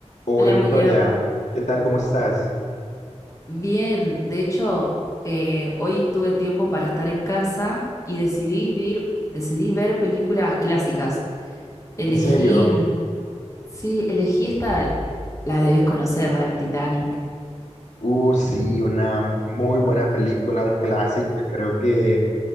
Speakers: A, on the left (about 80°); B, on the left (about 25°).
A: Hola
B: Hola
A: Victoria,
B: William,
A: ¿qué tal? ¿Cómo estás?
B: bien, de hecho eh, hoy tuve tiempo para estar en casa y decidí vir- decidí ver películas clásicas. Elegí,
A: En serio,
B: mm, sí, elegí esta, la debes conocer, la del Titanic.
A: uh, sí, una muy buena película, un clásico que creo que,